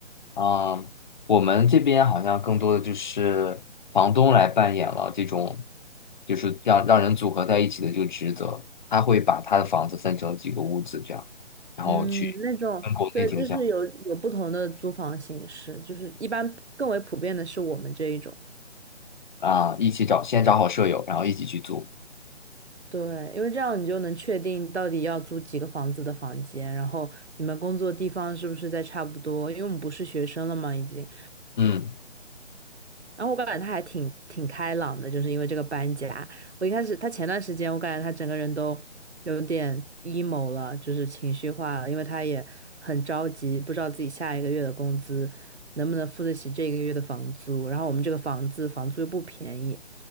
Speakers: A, on the left; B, on the right.
A: 嗯，我们这边好像更多的就是房东来扮演了这种，就是让让人组合在一起的这个职责。他会把他的房子分成几个屋子这样，然后去跟国内挺像
B: 嗯，那种对，就是有有不同的租房形式，就是一般更为普遍的是我们这一种。
A: 啊，一起找，先找好舍友，然后一起去租。
B: 对，因为这样你就能确定到底要租几个房子的房间，然后你们工作地方是不是在差不多，因为我们不是学生了嘛，已经，
A: 嗯
B: 然后我感觉他还挺挺开朗的，就是因为这个搬家。我一开始他前段时间，我感觉他整个人都有点 emo 了，就是情绪化了，因为他也很着急，不知道自己下一个月的工资能不能付得起这个月的房租。然后我们这个房子房租又不便宜，